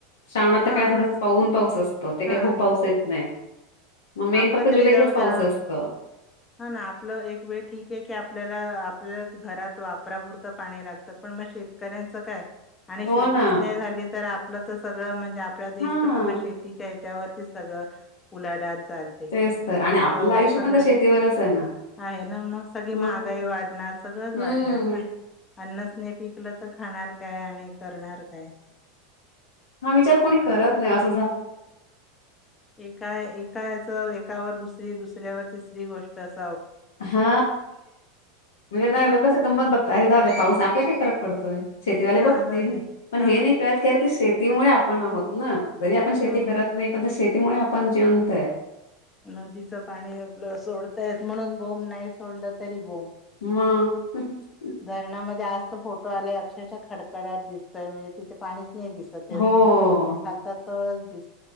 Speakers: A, on the left (about 75°); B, on the left (about 25°).
A: श्रवणात
B: हा
A: तर काय थोडासा पाऊून पाऊस असतो त ते काही
B: हा
A: खूप पाऊस
B: तो काय
A: येत नाही मग मेन
B: आपलं
A: फक्त
B: तरी
A: जुलैचाच
B: जाऊ द्या
A: पाऊस असतो.
B: हा ना आप एक वेळ ठीक आहे की आपल्याला आप घरात वापपुर पाणी लागत पण मग शेतकऱ <unintelligible> आणि
A: हो
B: शेती
A: ना.
B: नाही झाली तर आपलं तर सगळ म्हणजे आप देश
A: हां.
B: हच्यावरती सगळ उलाडलं चालते
A: तेच तर आणि
B: मग
A: आपलं आयुष्य
B: सगळंच
A: पण त्या शेतीवरच आहे ना.
B: आहे ना मग सगळी
A: मग
B: महागाई वाढणार सगळंच वाढणार
A: हम्म.
B: ना अन्नच नाही पिकलं तर खाणार काय आणि करणार काय
A: हा विचार कोणी करत नाही अस
B: एकाय एकायच दुसरी दुसऱ्यावर तिसरी गोष्ट अस
A: हा म्हणजे ना लोकच गंमत बघत अरे जाऊ पाऊस आप काय फरक पडतोय शेतीवाले बघतील
B: हा जाऊ दे
A: पण
B: हा
A: हे नाही कळत की अर ते शेतीमुळे आपण आहोत ना जरी आपण शेती
B: अम,
A: करत नाही पण शेतीमुळे आपण जिवंत आहे
B: नदीचं पाणी आपलं सोडतायेत म्हणून बोब नाही सोडलं तरी बोम
A: ह
B: धरणामध्ये आजत फोटो आलाय अक्षरच्या खडकड्यात दिसतोय म्हणजे तिथे पाणी दिसत
A: हो.
B: खालचा तळच दिस